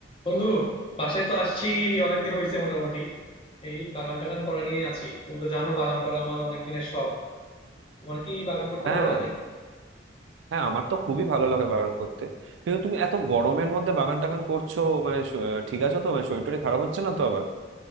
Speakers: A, on the left; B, on the right.
A: বন্ধু বাসায় তো আসছি অনেকদিন হয়েছে মোটামুটি এই বাগান টাগান করা নিয়ে আছি তুমি তো জানো বাগান করা আমার অনেক দিনের শখ তোমার কি বাগান করতে
B: হ্যাঁ
A: ভালো লাগে
B: হ্যাঁ আমার তো খুবই ভালো লাগে বাগান করতে কিন্তু তুমি এত গরমের মধ্যে বাগান টাগান করছো মানে শ- ঠিক আছো তো মানে শরীর টরীর খারাপ হচ্ছে না তো আবার